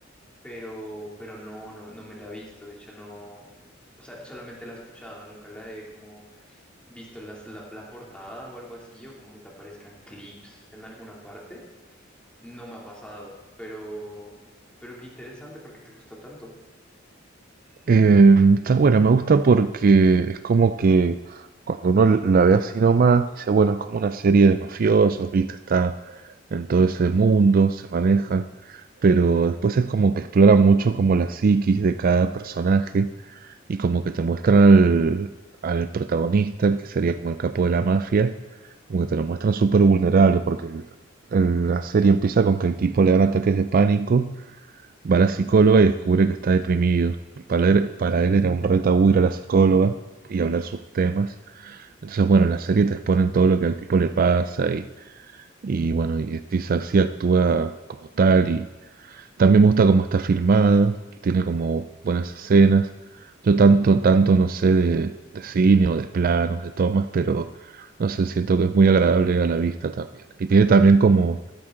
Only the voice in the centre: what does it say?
pero, pero no, no, no me la he visto. De hecho, no, o sea, solamente la he escuchado, nunca la he como visto las, la, la portada o algo así, o como que te aparezcan clips en alguna parte. No me ha pasado, pero, pero qué interesante porque te gusta tanto.